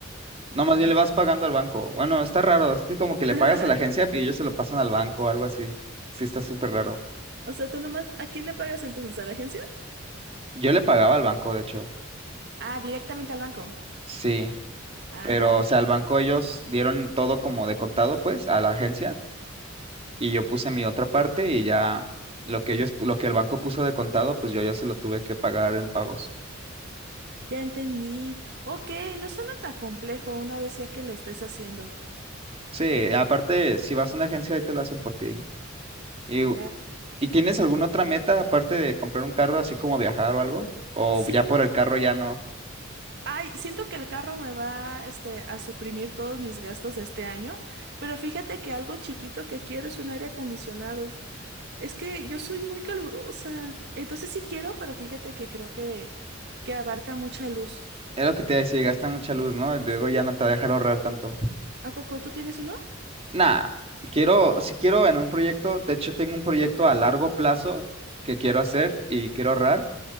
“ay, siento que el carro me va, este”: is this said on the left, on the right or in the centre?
Right